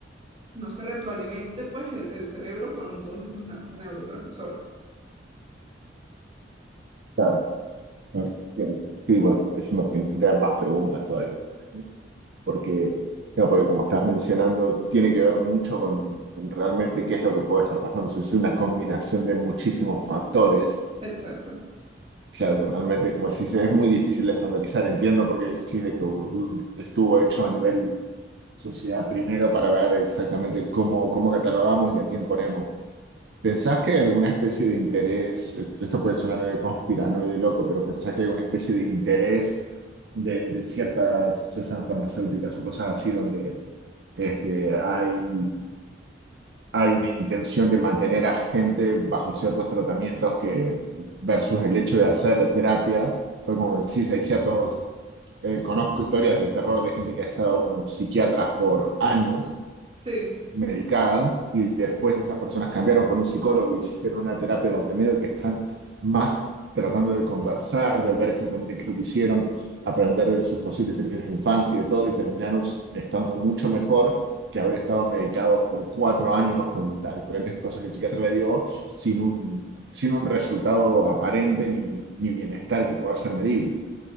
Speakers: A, on the right; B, on the right.
A: no se retroalimente pues el, el cerebro con todos estos na- neurotransmisores.
B: claro. Entiendo. Sí, bueno, eso me genera más preguntas todavía. Porque, claro, porque como estás mencionando, tiene que ver mucho con, con realmente qué es lo que puede estar pasando. O sea, es una combinación de muchísimos factores.
A: Exacto.
B: Claro, que realmente, como si es muy difícil de estandarizar. Entiendo por qué decís de que estuvo hecho a nivel sociedad primero para ver exactamente cómo, cómo catalogamos y a quién ponemos. ¿Pensás que hay alguna especie de interés, esto puede sonar medio conspiranoide loco, pero pensás que hay alguna especie de interés de, de ciertas, ya sean farmacéuticas o cosas así, donde este, hay, hay una intención de mantener a gente bajo ciertos tratamientos que versus el hecho de hacer terapia? Pues como decís, hay ciertos, eh, conozco historias de terror de gente que ha estado con psiquiatras por años
A: Sí,
B: medicadas y después esas personas cambiaron por un psicólogo, hicieron una terapia donde medio que están más tratando de conversar, de ver exactamente qué es lo que hicieron, aprender de sus posibles heridas de infancia y de todo, y terminaron estando mucho mejor que haber estado medicados por cuatro años con las diferentes cosas que el psiquiatra le dio sin un, sin un resultado aparente ni, ni ni bienestar que pueda ser medible.